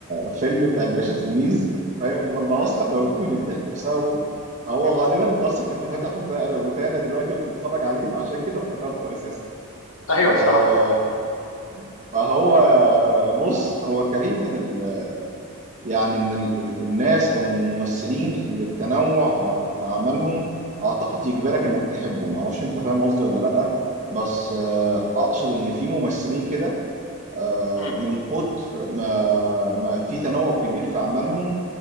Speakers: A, on the right; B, on the left.
A: فيلم بتاع الباشا تلميذ فاهم وانا
B: مم.
A: اصلا بموت من الضحك بسببه فهو غالبا انت اصلا كنت فاتح روت- روتانا دلوقتي وبتتفرج عليه فعشان كده افتكرته اساسا
B: ايوه
A: آه،
B: صح
A: فهو بص هو كريم من ال... يعني من ال ال الناس او من الممثلين اللي التنوع في اعمالهم اعتقد يجبرك انك تحبه ما اعرفش انت فاهم قصدي ولا لا بس آه، اقصد ان في ممثلين كده آه،
B: مم.
A: من كتر ما ما في تنوع كبير في اعمالهم